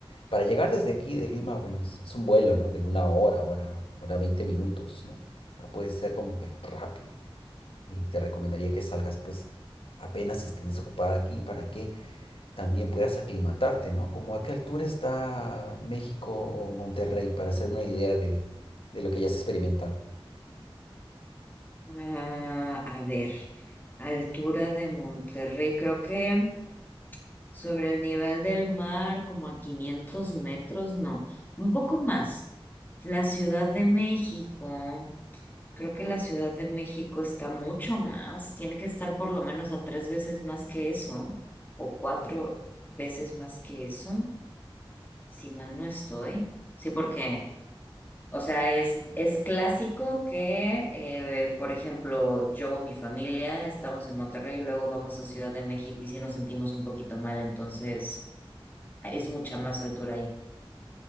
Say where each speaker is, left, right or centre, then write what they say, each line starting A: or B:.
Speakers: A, on the left; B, on the left.
A: Para llegar desde aquí de Lima, bueno, es, es un vuelo, ¿no? De una hora, hora, hora 20 minutos, ¿no? O sea, puede ser como que rápido. Y te recomendaría que salgas, pues, apenas estés desocupada aquí para que también puedas aclimatarte, ¿no? Como a qué altura está México o Monterrey, para hacerme una idea de, de lo que ya has experimentado.
B: Ah, a ver, altura de Monterrey, creo que sobre el nivel del mar, como a 500 metros, no, un poco más. La Ciudad de México, creo que la Ciudad de México está mucho más, tiene que estar por lo menos a tres veces más que eso, o cuatro veces más que eso, si mal no estoy. Sí, porque o sea, es, es clásico que, eh, por ejemplo, yo, mi familia, estamos en Monterrey y luego vamos a Ciudad de México y sí nos sentimos un poquito mal, entonces es mucha más altura ahí.